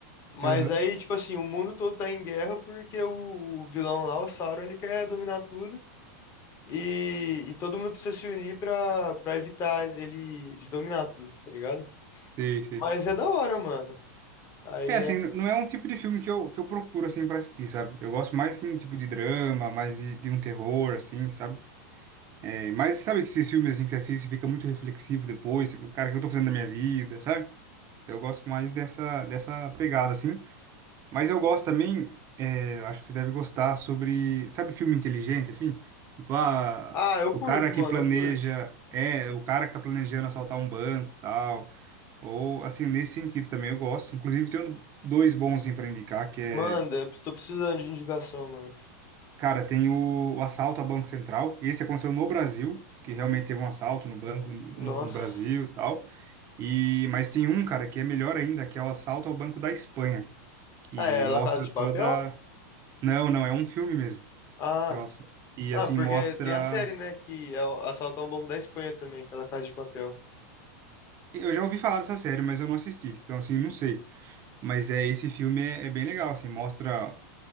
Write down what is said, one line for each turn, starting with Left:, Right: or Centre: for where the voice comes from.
Left: Mas
Right: Aham.
Left: aí, tipo assim, o mundo todo tá em guerra porque o o vilão lá, o Sauron, ele quer dominar tudo. E, e todo mundo precisa se unir pra, pra evitar ele de dominar tudo, tá ligado?
Right: Sei, sei.
Left: Mas é da hora, mano. Aí
Right: É, assim, não é um tipo de filme que eu, que eu procuro, assim, pra assistir, sabe? Eu gosto mais, assim, tipo de drama, mais de, de um terror, assim, sabe? É, mas sabe que esses filmes, assim, que você assiste fica muito reflexivo depois, tipo, cara, o que eu tô fazendo na minha vida, sabe? Então eu gosto mais dessa, dessa pegada, assim. Mas eu gosto também, é, acho que você deve gostar, sobre, sabe, filme inteligente, assim? Tipo, ah,
Left: Ah, eu curto,
Right: o cara que
Left: mano,
Right: planeja,
Left: eu curto.
Right: é, o cara que tá planejando assaltar um banco, tal. Ou, assim, nesse sentido também eu gosto. Inclusive, tenho dois bons assim, para indicar, que é...
Left: Manda, tô precisando de indicação, mano.
Right: Cara, tem o, o assalto a Banco Central. Esse aconteceu no Brasil, que realmente teve um assalto no banco no,
Left: Nossa.
Right: no Brasil e tal. E, mas tem um, cara, que é melhor ainda, que é o assalto ao Banco da Espanha, que
Left: Ah, é
Right: mostra
Left: La Casa de
Right: toda...
Left: Papel?
Right: Não, não, é um filme mesmo.
Left: Ah.
Right: Que é o ass- E,
Left: Ah,
Right: assim,
Left: porque
Right: mostra...
Left: tem a série, né, que é o- Assaltar um Banco da Espanha também, que é La Casa de Papel.
Right: Eu já ouvi falar dessa série, mas eu não assisti. Então, assim, não sei. Mas é esse filme é, é bem legal, assim, mostra